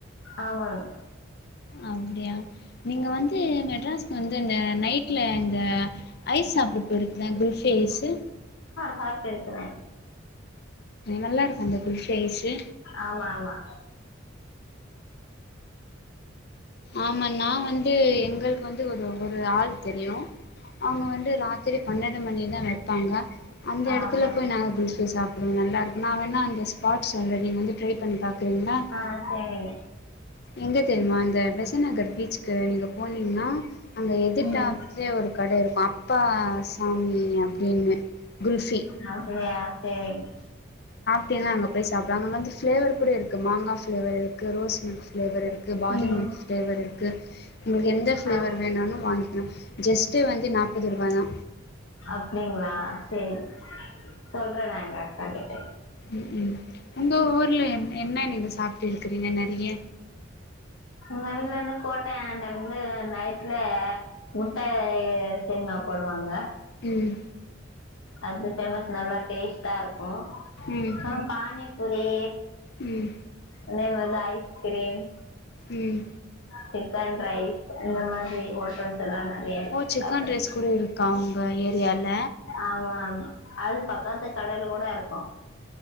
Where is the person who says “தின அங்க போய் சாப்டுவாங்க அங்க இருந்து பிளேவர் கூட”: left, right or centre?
Left